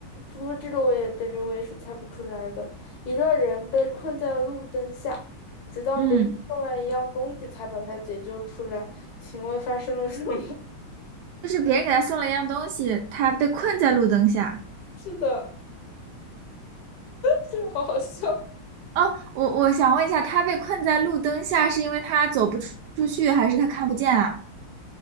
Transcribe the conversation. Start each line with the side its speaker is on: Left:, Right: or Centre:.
Left: 不过这个我也感觉我也是猜不出来的。一个人被困在路灯下，直到别人送来一样东西才把他解救出来。
Right: 嗯，
Left: 请问发生了什么？
Right: 就是别人给他送了一样东西，他被困在路灯下。
Left: <laughs> 是的，<laughs> 这个好好笑。
Right: 哦，我我想问一下，他被困在路灯下是因为他走不出出去，还是他看不见啊？